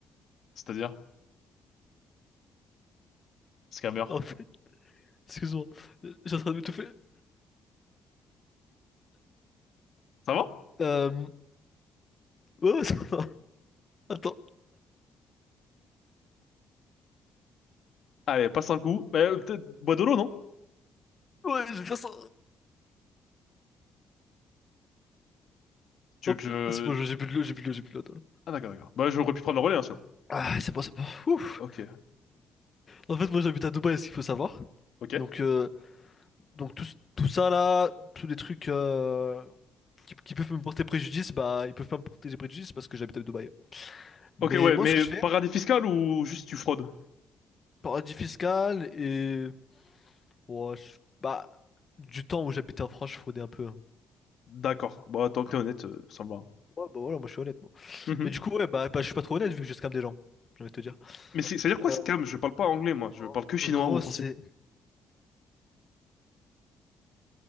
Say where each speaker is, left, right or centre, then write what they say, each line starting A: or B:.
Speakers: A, on the left (about 60°); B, on the left (about 35°).
A: C'est-à-dire, scammer.
B: En fait, excuse-moi. J'ai en train de m'étouffer.
A: Ça va?
B: Euh. Ouais, ouais, <laughs> ça va. Attends.
A: Allez, passe un coup. Euh, peut-être bois de l'eau, non?
B: Ouais, je vais faire ça.
A: Tu
B: Hop.
A: veux que je...
B: C'est bon, j'ai plus de l'eau, j'ai plus de l'eau, j'ai plus de l'eau. attends.
A: Ah d'accord, d'accord. Bah, j'aurais pu prendre le relais, hein, sinon.
B: Ah, c'est bon, c'est bon. Ouf.
A: Ok,
B: En fait, moi j'habite à Dubaï, ce qu'il faut savoir.
A: ok.
B: Donc, euh, donc tout, tout ça là, tous les trucs. euh, qui, qui peuvent me porter préjudice, bah ils peuvent pas me porter préjudice parce que j'habite à Dubaï. Mais
A: Ok, ouais,
B: moi,
A: mais
B: ce que je
A: paradis
B: fais,
A: fiscal ou juste tu fraudes?
B: paradis fiscal et ouais, je- bah du temps où j'habitais en France, je fraudais un peu. hein.
A: D'accord. Bah, tant que t'es honnête, euh, ça me va.
B: Ouais, bah voilà, moi je suis honnête moi.
A: Mhm.
B: Mais du coup, ouais, bah, bah, je suis pas trop honnête vu que je scam des gens. J'ai envie de te dire.
A: Mais c'est- c'est-à-dire quoi,
B: Euh,
A: scam? Je parle pas anglais, moi.
B: en
A: Je parle que chinois
B: en gros,
A: ou français.
B: c'est